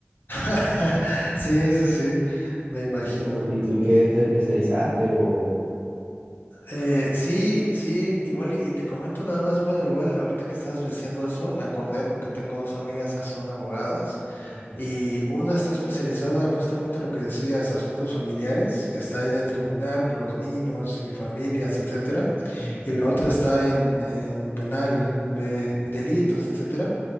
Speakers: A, on the left; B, on the right.
A: <laughs> Sí, sí, sí, me imagino.
B: ¿Y tú, y tú qué te especializaste o...?
A: Eh, sí, sí, igual y, y te comento nada más, bueno, igual ahorita que estabas diciendo eso, me acordé porque tengo dos amigas que son abogadas.
B: Ok.
A: Y una está especializada justamente en lo que decías, asuntos familiares, está ahí en el tribunal con los niños y familias, etcétera.
B: Ujú.
A: Y la otra está en, en penal, ve delitos, etcétera.